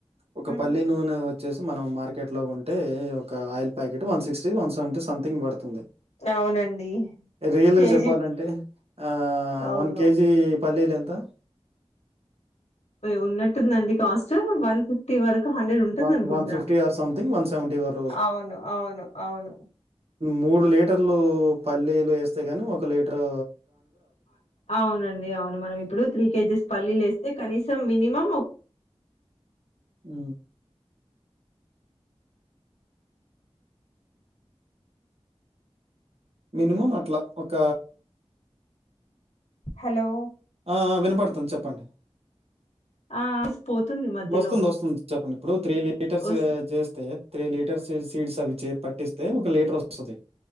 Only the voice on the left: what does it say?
హ్మ్
అవునండి
కేజీ
అవును
ఉన్నట్టుందండి కాస్ట్ వన్ ఫిఫ్టీ వరకు హండ్రెడ్ ఉంటుంది
అనుకుంటా
అవును అవును అవును
అవునండి అవును మనం ఇప్పుడు త్రీ కేజెస్ పల్లీలు వేస్తే కనీసం మినిమం
హలో
ఆస్ పోతుంది మధ్యలో
వస్